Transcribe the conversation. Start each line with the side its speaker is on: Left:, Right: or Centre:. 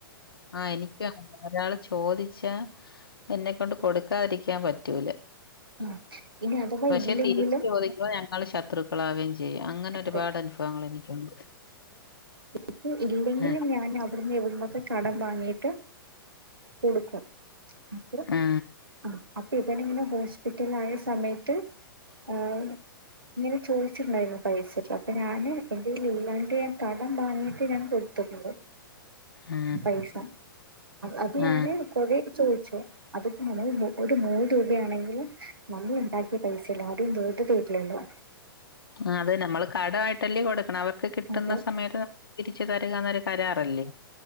Left: ആഹ് എനിക്കും ' ഒരാള് ചോദിച്ചാ എന്നെക്കൊണ്ട് കൊടുക്കാതിരിക്കാൻ പറ്റൂല.
Right: ആ ഇനി അഥവാ
Left: പക്ഷെ
Right: ഇല്ലെങ്കിലും
Left: തിരിച്ച് ചോദിക്കുമ്പോ ഞങ്ങൾ ശത്രു ക്കളാവേം ചെയ്യും അങ്ങനെ ഒരുപാട്
Right: അതെ
Left: അനുഫവങ്ങൾ എനിക്കുണ്ട്.
Right: ഇപ്പോ ഇല്ലെങ്കിലും
Left: ആ
Right: ഞാൻ അവിട്ന്ന് ഇവ്ട്ന്നൊക്കെ. കടം വാങ്ങിട്ട് കൊടുക്കും അപ്പൊ
Left: ആ
Right: അ അപ്. ഇവൻ ഇങ്ങനെ ഹോസ്പിറ്റല് ആയ സമയത്ത് ആ ഇങ്ങനെ ചോച്ച്ണ്ടായിരുന്നു. പൈസ അപ്പൊ ഞാന് എന്റേല് ഇല്ലാണ്‌ട്ട് ഞാൻ കടം വാങ്ങിയിട്ട് ഞാൻ കൊടുത്തിട്ട്ണ്ട്.
Left: ആ
Right: പൈസ അത് ഞാന്
Left: ആ
Right: കുറേ ചോയ്ച്ചു അതിപ്പോ മൂ ഒരു നൂറ് രൂപയാണെങ്കിലും നമ്മള് ഉണ്ടാക്കിയ പൈസല്ലെ. ആരും വെറ്തെ തെരില്ലല്ലോ.
Left: ആഹ് അതന്നെ നമ്മള് കടമായിട്ട്ല്ലേ കൊടുക്കണേ അവർക്ക്. കിട്ടുന്ന
Right: അതെ
Left: സമയത്ത് നമുക്ക് തിരിച്ചു തര്കന്നൊരു കരാറല്ലേ.